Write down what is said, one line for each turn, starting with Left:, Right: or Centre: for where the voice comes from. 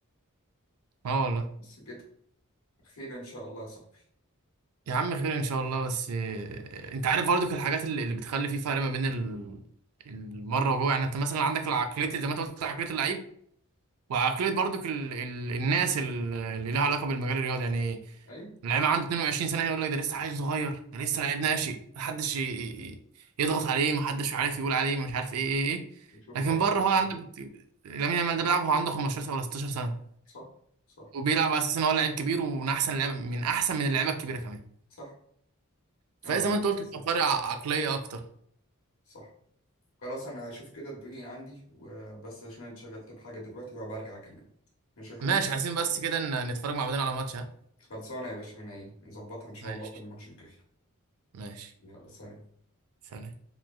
Right: اه والله
Left: بس كده خير ان شاء الله يا صاحبي
Right: يا عم خير ان شاء الله بس آه، انت عارف برضك الحاجات اللي, اللي بتخلي في فرق ما بين ال... المره وجوه يعني انت مثلا عندك العقليه زي ما انت قلت عقليه اللعيب وعقلية برضك ال... ال... الناس ال- اللي لها علاقة بالمجال الرياضي يعني
Left: ايوه
Right: اللعيب عنده 22 سنة يقول لك ده لسه عيل صغير ده لسه لعيب ناشئ محدش ي... ي- يضغط عليه محدش عارف يقول عليه مش عارف ايه ايه ايه
Left: نشوف
Right: لكن
Left: بره
Right: بره
Left: عن الدنيا.
Right: هو عندك لامين يامال ده بيلعب وهو عنده 15 سنة ولا 16 سنة
Left: صح صح
Right: وبيلعب على اساس ان هو لعيب كبير ومن احسن اللعيبة من احسن من اللعيبة الكبيرة كمان
Left: صح
Right: فزي
Left: يلا ربنا
Right: ما انت قلت
Left: يسهل
Right: بيبقى فرق ع- عقلية اكتر
Left: صح خلاص انا هشوف كده الدنيا عندي وبس عشان أنا اتشغلت بحاجه دلوقتي وهبقى ارجع اكلمك ماشي يا حبيبي
Right: ماشي عايزين بس كده ن- نتفرج مع بعضنا على ماتش ها
Left: خلصانه يا باشا من عيني نظبطها ان شاء
Right: ماشي
Left: الله في الماتش الجاي
Right: ماشي
Left: يلا سلام
Right: سلام